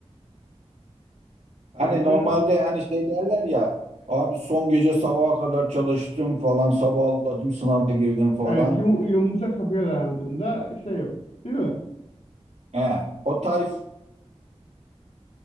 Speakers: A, on the right; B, on the left.
A: Hani
B: Böyle şeyler
A: normalde
B: var.
A: hani şey derler ya abi son gece sabaha kadar çalıştım falan sabahladım sınava girdim falan.
B: Evet yum, yumurta kapıya dayandığında şey yapıyor değil mi?
A: He, o tayfa